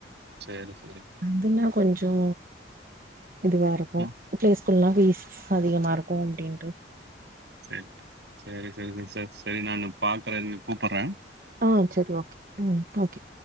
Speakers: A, on the right; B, on the right.
A: சரி சரி
B: அதுன்னா கொஞ்சோ இதுவா இருக்கு
A: ம்
B: பிளேஸ் ஸ்கூல்லா ஃபீஸ் அதிகமா இருக்கு அப்டின்டு
A: செர் செரி செரி செரி செரி செரி நானு பாக்குறே இருங்க கூப்புட்ற
B: ஆ செரி ஓகே ம் ஓகே